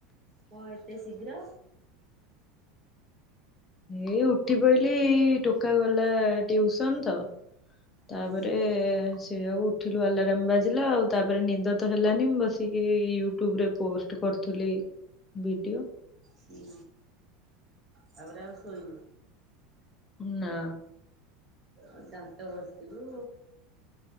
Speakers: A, on the right; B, on the left.
A: କ ଏତେ ଶୀଘ୍ର
B: ଏଇ ଉଠି ପଇଲି ଟୋକା ଗଲା ଟିଉସନ ତ ତାପରେ
A: ହୁଁ
B: ସେ ଆଉ ଉଠିଲୁ ଆଲାରମ ବାଜିଲା ଆଉ ତାପରେ ନିଦ ତ ହେଲାନି ମୁଁ ବସିକି ୟୁଟ୍ୟୁବରେ ପୋଷ୍ଟ କରୁଥିଲି ଭିଡ଼ିଓ
A: ହୁଁ ତାପରେ ଆଉ ଶୋଇନୁ
B: ନା
A: ଆଉ ଦାନ୍ତ ଘସିବୁ